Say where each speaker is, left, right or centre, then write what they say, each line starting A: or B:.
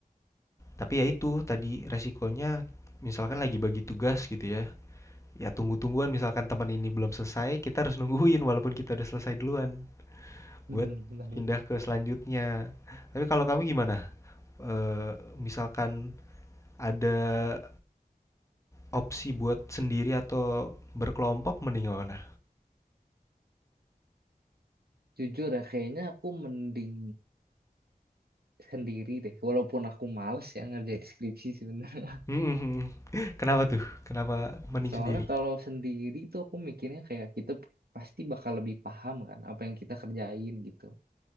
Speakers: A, on the left (about 20°); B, on the right (about 85°).
A: Tapi ya itu tadi resikonya, misalkan lagi bagi tugas gitu ya, ya tunggu-tungguan misalkan teman ini belum selesai, kita harus nungguin walaupun kita udah selesai duluan
B: Mhm,
A: buat
B: benar.
A: pindah ke selanjutnya. Tapi kalau kamu gimana? Eh, misalkan ada Opsi buat sendiri atau berkelompok mending mana?
B: Jujur ya, kayaknya aku mending sendiri deh. Walaupun aku males ya ngerjain skripsi sebenarnya.
A: Mhm mhm. <laughs> Kenapa tuh? Kenapa
B: <laughs>
A: mending
B: Soalnya
A: sendiri?
B: kalau sendiri tuh aku mikirnya kayak kita pasti bakal lebih paham kan apa yang kita kerjain gitu.